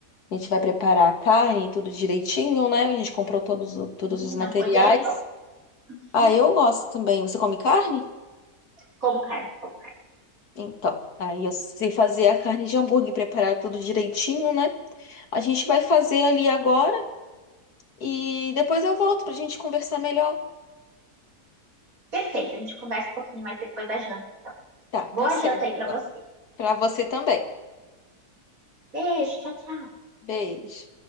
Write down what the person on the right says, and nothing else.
Hum,
hambúrguer é pão.
Hum,
Como carne, como carne.
Perfeito, a gente conversa um pouquinho mais depois da janta, então.
Boa
janta aí
pra você.
Beijo, tchau, tchau.